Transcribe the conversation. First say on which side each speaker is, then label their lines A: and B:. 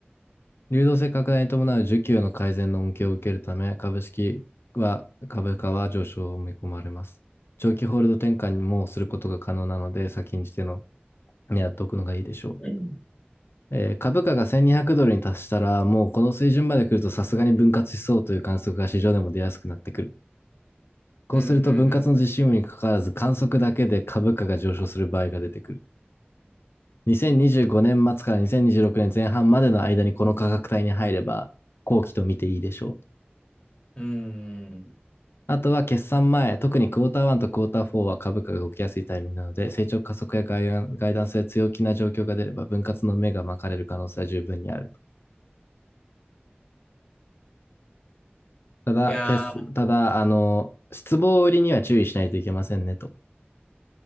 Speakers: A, on the left; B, on the left.
A: 流動性拡大に伴う需給の改善の恩恵を受けるため、株式は、株価は上昇を見込まれます。長期ホールド転換にもすることが可能なので、先んじての、やっておくのがいいでしょう。
B: うん
A: えー株価が1200ドルに達したら、もうこの水準まで来るとさすがに分割しそうという観測が市場でも出やすくなってくる。こうすると分割の実施有無にかかわらず観測だけで株価が上昇する場合が出てくる。
B: うんうん
A: 2025年末から2026年前半までの間にこの価格帯に入れば後期と見ていいでしょう。
B: うん。うーん。
A: あとは決算前、特にクォーター1とクォーター4は株価が動きやすいタイミングなので、成長加速やガイダンスで強気な状況が出れば分割の目が巻かれる可能性は十分にあると。ただ、
B: いやー、
A: 決ただ、あの、失望売りには注意しないといけませんねと。